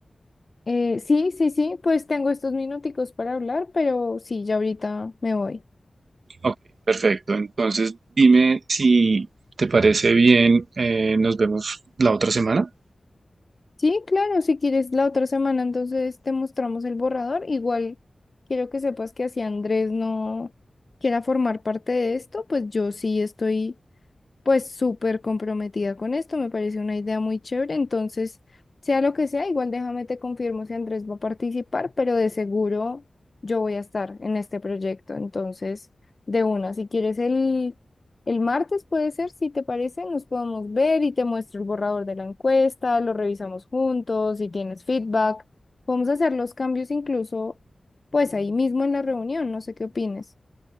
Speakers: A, on the left (about 35°); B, on the right (about 75°).
A: Eh, sí, sí, sí, pues tengo estos minuticos para hablar, pero sí, ya ahorita me voy.
B: Ok, perfecto. Entonces dime si te parece bien, eh, nos vemos la otra semana.
A: Sí, claro, si quieres la otra semana, entonces te mostramos el borrador. Igual quiero que sepas que así Andrés no quiera formar parte de esto, pues yo sí estoy pues súper comprometida con esto, me parece una idea muy chévere, entonces, sea lo que sea, igual déjame te confirmo si Andrés va a participar, pero de seguro yo voy a estar en este proyecto, entonces, de una, si quieres el, el martes puede ser, si te parece, nos podemos ver y te muestro el borrador de la encuesta, lo revisamos juntos, si tienes feedback, podemos hacer los cambios incluso, pues ahí mismo en la reunión, no sé qué opines.